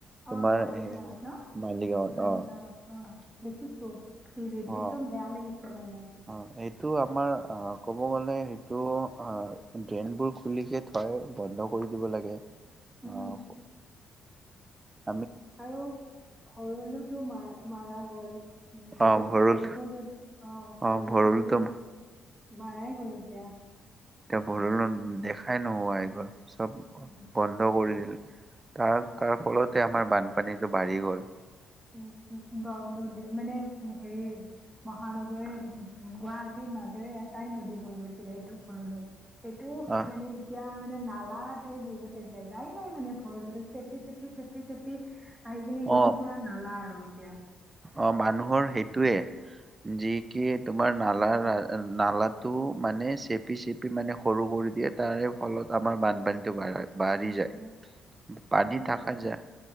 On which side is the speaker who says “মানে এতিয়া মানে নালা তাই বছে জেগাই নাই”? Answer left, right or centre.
Centre